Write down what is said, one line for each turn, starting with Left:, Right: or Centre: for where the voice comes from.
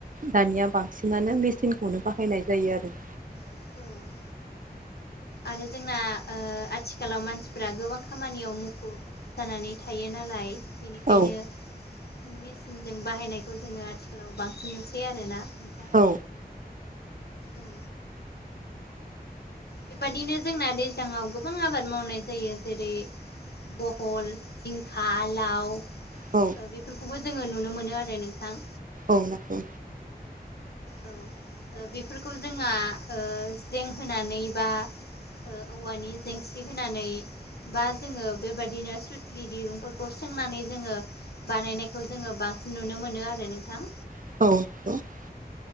Right: दानिया बांसिनानो मेचिनखौनो बाहायनाय जायो आरो
Left: औ आरो जोंना आथिखालाव मानसिफ्रा गोबां खामानियाव मुखुब जानानै थायो नालाय बेनिखायनो
Right: औ
Left: मेसिनजों बाहायनायखौ जोङो आथिखालाव बांसिन नुसै आरो ना नोंथां
Right: औ
Left: औ बेबादिनो जोंना दैज्लाङाव गोबां आबाद मावनाय जायो जेरै बहल जिंखा लाव
Right: औ
Left: बेफोरखौबो जोङो नुनो मोनो आरो नोंथां
Right: औ नंगौ
Left: औ बेफोरखौ जोंहा जें होनानै बा औवानि जेंसि होनानै बा जोङो बेबायदिनो सुथलि दिरुंफोरखौ सोंनानै जोङो बानायनायखौ जोङो बांसिन नुनो मोनो आरो नोंथां
Right: <unintelligible>